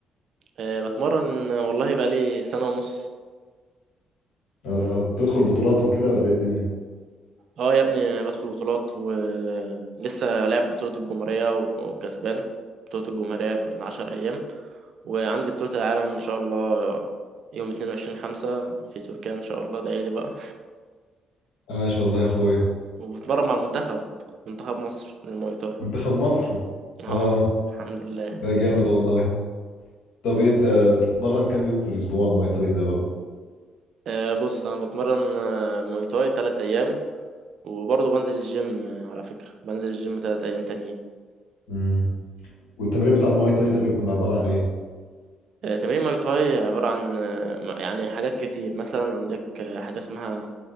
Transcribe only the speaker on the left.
اه بتدخل بطولات وكده ولا ايه الدنيا
عاش والله يا اخويا
منتخب مصر
اه
لا جامد والله طب إيه انت بتتمرن كام يوم في الاسبوع المواي تاي ده
امم والتمرين بتاع المواي تاي ده بيكون عبارة عن ايه